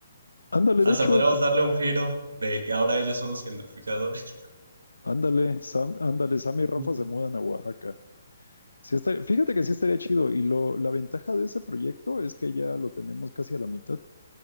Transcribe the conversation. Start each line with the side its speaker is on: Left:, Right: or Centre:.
Left: Ándale,
Right: Hasta
Left: de hecho,
Right: podremos darle un giro de que ahora ellos son los gentrificadores.
Left: ándale, Sam, ándale, Sam y Rafa
Right: <laughs>
Left: se mudan a Oaxaca. Sí estaría- fíjate que sí estaría chido. Y lo, la ventaja de ese proyecto es que ya lo tenemos casi a la mitad.